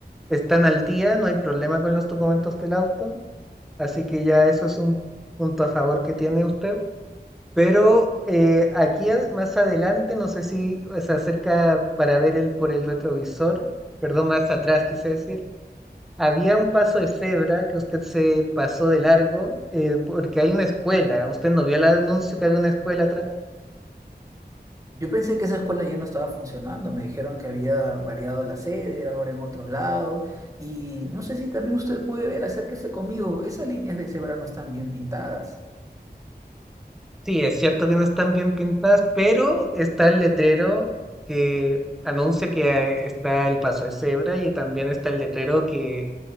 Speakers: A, in the centre; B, on the right.
A: están al día, no hay problema con los documentos del auto, así que ya eso es un punto a favor que tiene usted. Pero eh, aquí ad- más adelante, no sé si se acerca para ver el- por el retrovisor, perdón, más atrás quise decir, había un paso de cebra que usted se pasó de largo eh, porque hay una escuela. ¿Usted no vio el anuncio que había una escuela atrás?
B: Yo pensé que esa escuela ya no estaba funcionando, me dijeron que había variado la sede, era ahora en otros lados, y no sé si también usted puede ver, acérquese conmigo, esas líneas de cebra no están bien pintadas.
A: Sí, es cierto que no están bien pintadas, pero está el letrero que anuncia que hay- está el paso de cebra y también está el letrero que,